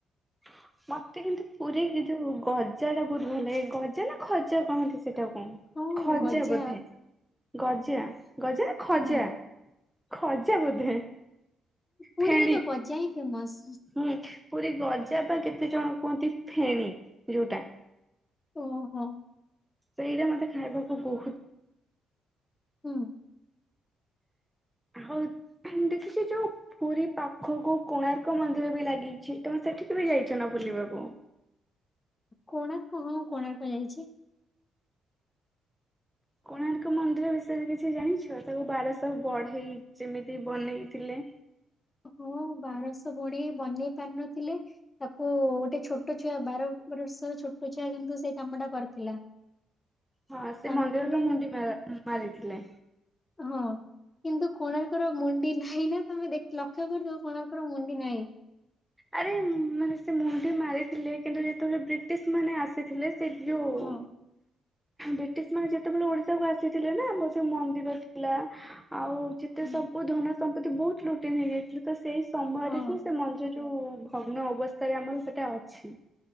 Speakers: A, in the centre; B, on the left.
A: ହ। ମତେ କିନ୍ତୁ ପୁରୀ ଯୋଉ ଗଜା ଟା ବହୁତ ଭଲ ଲାଗେ ଗଜା ନା ଖଜା କହନ୍ତି ସେଟା କୁ?
B: ହଁ
A: ଖଜା
B: ଗଜା
A: ବୋଧେ ଗଜା ଗଜା ନା ଖଜା।
B: ହଁ
A: ଖଜା ବୋଧେ।
B: ପୁରୀରେ
A: ଫେଣି
B: ତ ଗଜା ହିଁ ଫେମସ।
A: ହୁଁ ପୁରୀ ଗଜା ବା କେତେ ଜଣ କୁହନ୍ତି ଫେଣି ଯୋଉଟା।
B: ଓହୋ।
A: ସେଇଟା ମତେ ଖାଇବାକୁ ବହୁତ
B: ହୁଁ।
A: ହଉ ଦେଖିଛି ଯୋଉ ପୁରୀ ପାଖକୁ କୋଣାର୍କ ମନ୍ଦିର ବି ଲାଗିଛି ତମେ ସେଠିକି ବି ଯାଇଛ ନା ବୁଲିବାକୁ?
B: କୋଣାର୍କ ହଁ କୋଣାର୍କ ଯାଇଛି।
A: କୋଣାର୍କ ମନ୍ଦିର ବିଷୟରେ କିଛି ଜାଣିଛ ତାକୁ ବାରଶହ ବଢେଇ ଯେମିତି ବନେଇଥିଲେ?
B: ହଁ ବାରଶହ ବଢ଼େଇ ବନେଇ ପାରିନଥିଲେ ତାକୁ ଗୋଟେ ଛୋଟ ଛୁଆ ବାର ବରଷର ଛୋଟ ଛୁଆ କିନ୍ତୁ ସେଇ କାମଟା କରିଥିଲା।
A: ହଁ ସେ
B: ତାଙ୍କୁ
A: ମନ୍ଦିରର
B: ମାନେ
A: ମୁଣ୍ଡି ମାର ମାରିଥିଲେ।
B: ହଁ କିନ୍ତୁ କୋଣାର୍କର ମୁଣ୍ଡି ନାହିଁ ନା ତମେ ଦେ ଲକ୍ଷ୍ୟ କରିଥିବ କୋଣାର୍କର ମୁଣ୍ଡି ନାହିଁ।
A: ଆରେ ମାନେ ସେ ମୁଣ୍ଡି ମାରିଥିଲେ, କିନ୍ତୁ ଯେତେବେଳେ ବ୍ରିଟିଶ ମାନେ ଆସିଥିଲେ। ସେ ଯୋଉ
B: ହଁ
A: ବ୍ରିଟିଶ ମାନେ ଯେତେବେଳେ ଓଡିଶାକୁ ଆସିଥିଲେ ନା ବହୁତ୍ ମନ୍ଦିର ଥିଲା। ଆଉ ଯେତେ
B: ହୁଁ,
A: ସବୁ ଧନ ସମ୍ପତ୍ତି ବହୁତ ଲୁଟି ନେଇଯାଇଥିଲେ ତ ସେଇ ସମୟରେ
B: ହଁ
A: ହିଁ ସେ ମନ୍ଦି ଯୋଉ ଭଗ୍ନ ଅବସ୍ଥାରେ ଆମର ସେଟା ଅଛି,